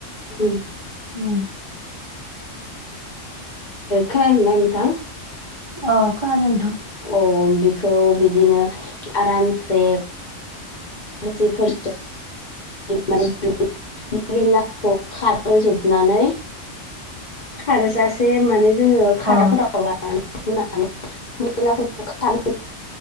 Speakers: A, on the left; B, on the right.
A: उम
B: उम
A: खोनादोंना नोंथां?
B: औ खोनादो नोंथां।
A: अ बिखौ बिदिनो आरामसे माखासेफोर माने <unintelligible> मैलाखौ खारहोजोबनानै खारजासे माने जोङो खादाफोराव
B: अ
A: लानानै हुनानै मैलाफोरखौ <unintelligible>